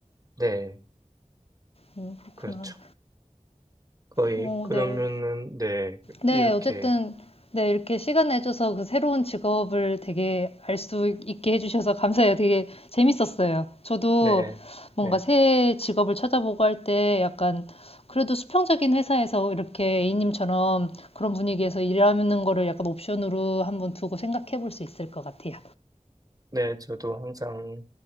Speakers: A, on the right; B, on the left.
A: 네,
B: 어, 그렇구나.
A: 그렇죠. 거의,
B: 어,
A: 그러면은,
B: 네.
A: 네,
B: 네,
A: 이렇게,
B: 어쨌든, 네, 이렇게 시간 내줘서 그 새로운 직업을 되게 알 수 있게 해주셔서 감사해요. 되게 재밌었어요. 저도
A: 네,
B: 뭔가
A: 네,
B: 새 직업을 찾아보고 할 때 약간 그래도 수평적인 회사에서 이렇게 A님처럼 그런 분위기에서 일하는 거를 약간 옵션으로 한번 두고 생각해 볼 수 있을 것 같아요.
A: 네, 저도 항상,